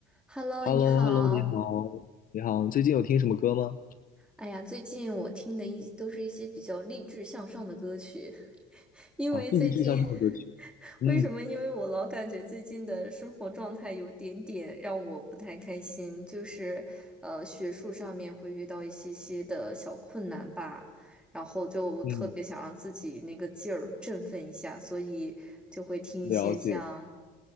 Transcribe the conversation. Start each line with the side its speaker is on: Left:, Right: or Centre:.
Centre: Hello，
Left: h
Centre: 你好。
Left: e l l o h e l l o 你好，你好，最近有听什么歌吗？
Centre: 哎呀，最近我听的一都是一些比较励志向上的歌曲，<laughs> 因为最近，
Left: 啊，是一致向上的歌曲。
Centre: <laughs>
Left: 嗯
Centre: 为什么？因为我老感觉最近的生活状态有点点让我不太开心，就是呃，学术上面会遇到一些些的小困难吧，然后就特别想让自己那个劲儿振奋一下，
Left: 嗯，
Centre: 所以就会听一些像。
Left: 了解